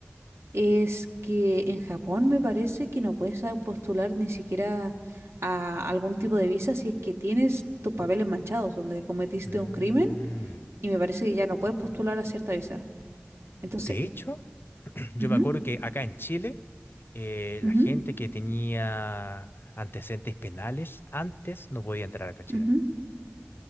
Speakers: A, on the right (about 80°); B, on the left (about 60°).
A: es que en Japón me parece que no puedes a- postular ni siquiera a algún tipo de visa si es que tienes tus papeles manchados, donde cometiste
B: Mm.
A: un crimen, y me parece que ya no puedes postular a cierta visa. Entonces,
B: De hecho, <clears throat> yo
A: ujú,
B: me acuerdo que acá en Chile, eh,
A: ujú,
B: la gente que tenía antecedentes penales antes no podía entrar acá a Chile.
A: ujú.